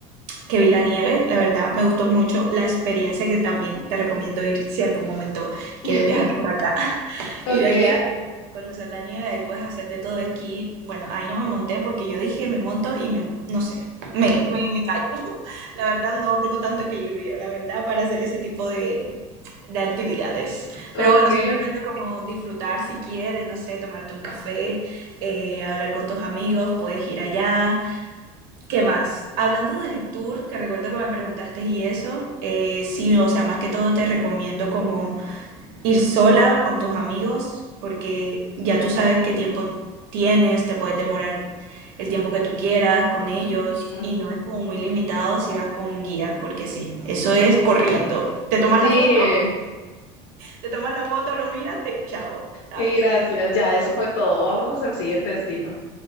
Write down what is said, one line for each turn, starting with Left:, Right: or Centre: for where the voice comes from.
Right: que vi la nieve, la verdad me gustó mucho la experiencia que también te recomiendo ir si algún momento
Left: <laughs>
Right: quieres viajar por acá.
Left: Ok.
Right: Ir allá, con- conocer la nieve, ahí puedes hacer de todo esquí. Bueno, ahí no me monté porque yo dije, me monto y me, no sé, me, me, me caigo. <laughs> La verdad, no tengo tanto equilibrio, la verdad, para hacer ese tipo de, de actividades.
Left: Ok.
Right: Pero bueno, simplemente como disfrutar si quieres, no sé, tomarte un café, eh, hablar con tus amigos, puedes ir allá. ¿Qué más? Hablando del tour, que recuerdo que me preguntaste y eso, eh, sí, o sea, más que todo te recomiendo como ir sola con tus amigos, porque ya tú sabes qué tiempo tienes, te puedes demorar el tiempo que tú quieras con ellos
Left: Ujú.
Right: y no es como muy limitado si vas con un guía, porque sí, eso es corriendo. Te tomas
Left: Sí,
Right: la foto, te tomas la foto, lo miras, te chao, ¿sabes?
Left: y gracias.
Right: Entonces,
Left: Ya, eso fue todo. Vámonos al siguiente destino.